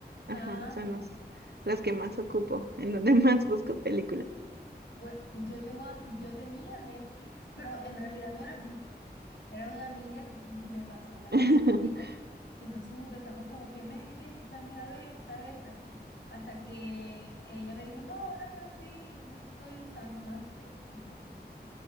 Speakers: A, on the right; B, on the left.
A: Ajá,
B: Ajá.
A: son los, las que más ocupo, en donde <laughs> más busco películas.
B: Bueno, yo tengo, yo tenía Netflix, pero en realidad no era mío. Era una amiga que, que me pasó la
A: <laughs>
B: contraseña. Entonces empezamos como que, Mary, ve esta, mira, ve esta, ve esta, así. Hasta que ella me dijo, no, ahora yo no estoy, no estoy usando más el Netflix.